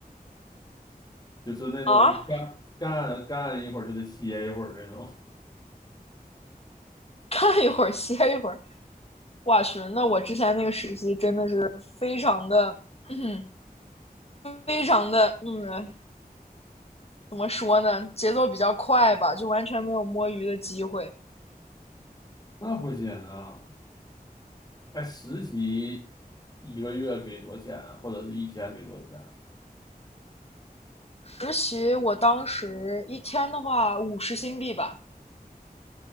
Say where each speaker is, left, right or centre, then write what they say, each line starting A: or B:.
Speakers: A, on the left; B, on the left.
A: 就是那种干干干一会儿就得歇一会儿那种，
B: 啊！<laughs> 干一会儿歇一会儿，哇去，那我之前那个实习真的是非常的，嗯，非常的，嗯，怎么说呢？节奏比较快吧，就完全没有摸鱼的机会。
A: 那不行啊！哎，实习一个月给多少钱啊或者是一天给多少钱啊
B: 实习我当时一天的话五十新币吧，